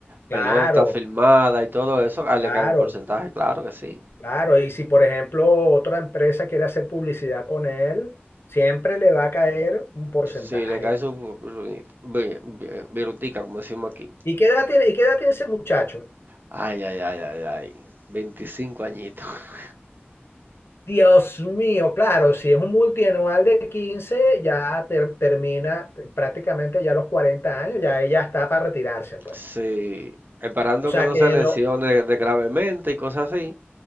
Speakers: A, on the left; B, on the right.
A: claro,
B: pelota firmada y todo eso, a él
A: claro,
B: le cae un porcentaje, claro que sí.
A: claro. Y si, por ejemplo, otra empresa quiere hacer publicidad con él, siempre le va a caer un porcentaje.
B: Sí, le cae su bru- bru- bru- brutica, como decimos aquí.
A: ¿Y qué edad tiene, y qué edad tiene ese muchacho?
B: Ay, ay, ay, ay, ay. 25 añitos. <laughs>
A: Dios mío, claro, si es un multianual de 15, ya ter- termina eh, prácticamente ya los 40 años, ya ella está para retirarse, pues.
B: Sí. Esperando
A: O sea
B: que no
A: que
B: se lesione
A: lo,
B: de gravemente y cosas así.